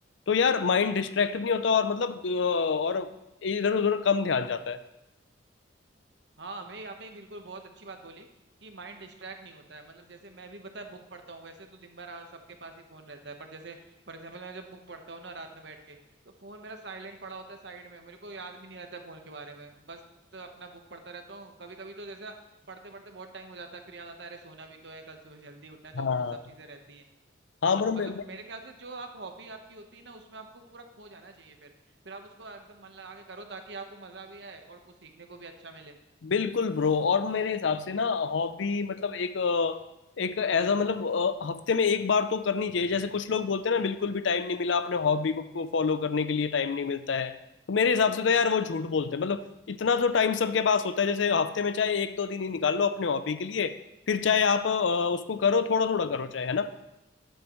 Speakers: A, on the left (about 70°); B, on the right (about 60°).
A: तो यार माइंड डिस्ट्रैक्ट भी नहीं होता और मतलब अ, और इधर उधर कम ध्यान जाता है
B: हाँ हमें आपने बिल्कुल बहुत अच्छी बात बोली कि माइंड डिस्ट्रैक्ट नहीं होता है मतलब जैसे मैं भी पता है बुक पढ़ता हूँ वैसे तो दिन भर आ- सबके पास ही फोन रहता है पर जैसे फॉर एग्जांपल मैं जब बुक पढ़ता हूँ ना रात में बैठ के तो फोन मेरा साइलेंट पड़ा होता है साइड में मेरे को याद भी नहीं रहता है फोन के बारे में बस तो अपना बुक पढ़ता रहता हूँ कभी कभी तो जैसा पढ़ते पढ़ते बहुत टाइम हो जाता है फिर याद आता है अरे सोना भी तो है कल सुबह जल्दी उठना है तो
A: हाँ
B: वो सब चीजें रहती हैं तो
A: हाँ मतलब
B: मतलब
A: मैं
B: मेरे ख्याल से जो आप हॉबी आपकी होती है ना उसमें आपको पूरा खो जाना चाहिए फिर फिर आप उसको एकदम मन लगा के करो ताकि आपको मजा भी आए और कुछ सीखने को भी अच्छा मिले
A: बिल्कुल ब्रो और मेरे हिसाब से ना हॉबी मतलब एक अ, एक एज अ मतलब अ, हफ्ते में एक बार तो करनी चाहिए जैसे कुछ लोग बोलते हैं ना बिल्कुल भी टाइम नहीं मिला अपने हॉबी को फॉलो करने के लिए टाइम नहीं मिलता है तो मेरे हिसाब से तो यार वो झूठ बोलते हैं मतलब इतना तो टाइम सबके पास होता है जैसे हफ्ते में चाहे एक दो दिन ही निकाल लो अपने हॉबी के लिए फिर चाहे आप अ, उसको करो थोड़ा थोड़ा करो चाहे है ना